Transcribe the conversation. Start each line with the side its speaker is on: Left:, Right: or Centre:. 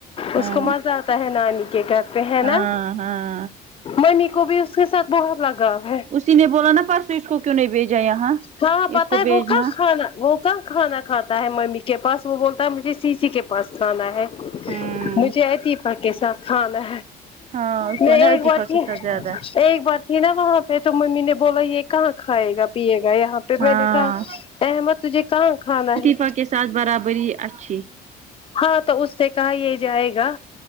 Right: ہاں
Left: اس کو مزہ آتا ہے نانی کے کرتے ہیں نا
Right: ہاں ہاں
Left: ممی کو بھی اس کے ساتھ بہت لگ گا ہے
Right: اسی نے بولا نا پرسوں اس کو کیوں نہیں بھیجا یہاں
Left: ہاں پتا
Right: اس کو
Left: ہے
Right: بھیجنا
Left: وہ کیا کھانا وہ کہا کھانا کھا ہے ممی کے پاس وہ بولتا ہے مجھے سیسی کے پاس کھانا ہے
Right: ہوں
Left: مجھے ایتی پقسا ہاں میں
Right: ہاں اس
Left: میں
Right: کو نا
Left: ایک
Right: عطیفہ
Left: بار کی
Right: کے ساتھ زیادہ
Left: ایک بار تھی نا وہاں پہ تو ممی نے بولا یہ کہاں کھائے گا پیے گا یہاں پہ
Right: ہاں
Left: میں نے کہا احمد تجھے کہاں کھانا ہے
Right: شفا کے ساتھ برابری اچھی
Left: ہاں تو اس سے کہا یہ جائے گا